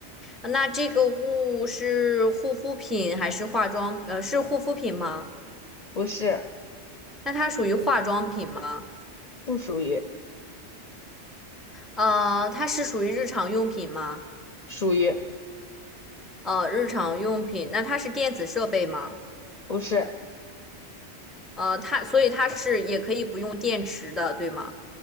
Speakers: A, in the centre; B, on the left.
A: 那这个物是护肤品还是化妆？呃，是护肤品吗？
B: 不是，
A: 那它属于化妆品吗？
B: 不属于，
A: 呃，它是属于日常用品吗？
B: 属于，
A: 呃，日常用品，那它是电子设备吗？
B: 不是，
A: 呃，它所以它是也可以不用电池的，对吗？